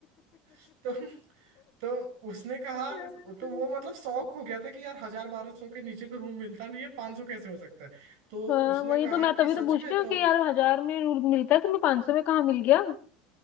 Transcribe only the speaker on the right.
<laughs> तो तो उसने कहा
तो वो मतलब शौक हो गया था कि यार हजार बारह सौ के नीचे तो रूम मिलता नहीं है 500 कैसे हो सकता है तो
उसने
कहा
कि
सच
में
तो